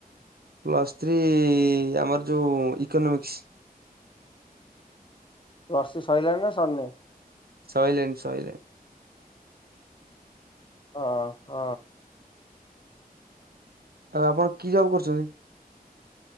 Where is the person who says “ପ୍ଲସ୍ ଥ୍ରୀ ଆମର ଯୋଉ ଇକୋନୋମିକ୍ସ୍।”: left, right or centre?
Right